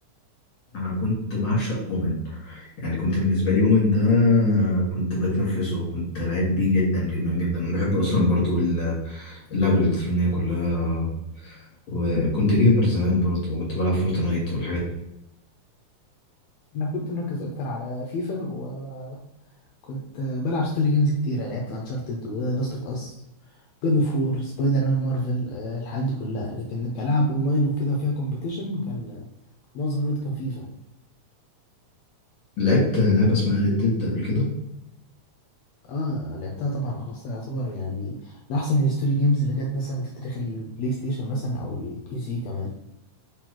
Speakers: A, on the left (about 45°); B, on the left (about 75°).
A: أنا كنت بعشق أومن يعني كنت بالنسبة لي أومن ده كنت بتنفسه وكنت لعيب بيه جدا جدا جدا أنا بحب أصلا برضو اللعب الإلكترونية كلها وكنت جيمر زمان برضه وكنت بلعب فورتنايت والحاجات
B: أنا كنت مركز أكتر على فيفا وكنت بلعب ستوري جيمز كتيرة لعبت أنشارتد ولاست أوف أس جاد أوف وور سبايدر مان مارفل آه، الحاجات دي كلها لكن كلاعب أونلاين وكده فيها كومبيتيشن كان معظم الوقت كان فيفا
A: دي. لعبت لعبة اسمها ريد ديد قبل كده
B: اه لعبتها طبعا خلاص يعتبر يعني من أحسن الستوري جيمز اللي جت مثلا في تاريخ البلاي ستيشن مثلا أو البي سي كمان